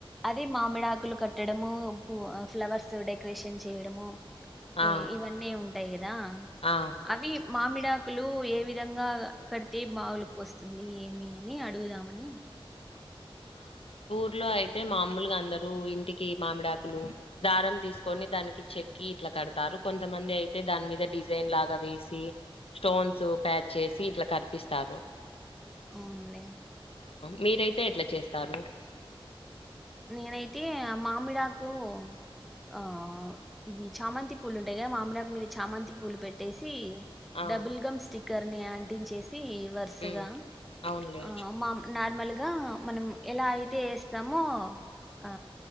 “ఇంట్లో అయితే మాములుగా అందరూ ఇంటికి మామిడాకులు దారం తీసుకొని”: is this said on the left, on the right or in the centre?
Left